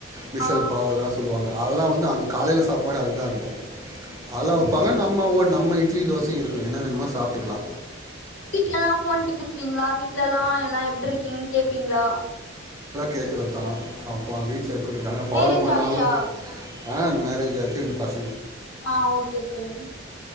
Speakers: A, on the right (about 15°); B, on the left (about 65°).
A: மிசல்
B: ஆ
A: பாவலா சொல்லுவாங்க அதெல்லா வந்து அங்க காலைல சாப்பாடு அதுதா இருக்கு அதலா
B: ஓகே
A: வெப்பாங்க
B: ஃப்ரெண்ட்
A: நம்ம ஒ நம்ம இ இட்லி தோச இருக்கு என்ன வேணுமோ சாப்டுக்லா
B: வீட்லல்லா ஃபோன் பேஸ்விங்ளா வீட்லல்லா எல்லா எப்ட்ரிக் கிங் கேப்பிங்ளா
A: கேக்றதா அப்பொ வீட்ல எப்டி இருக்காங்க ஃபாலோ
B: மேரேஜ்
A: பண்ணாலு
B: ஆச்சா
A: ஆ மேரேஜ் ஆச்சு ரெண்டு பச
B: ஆஹ் ஓகேசார்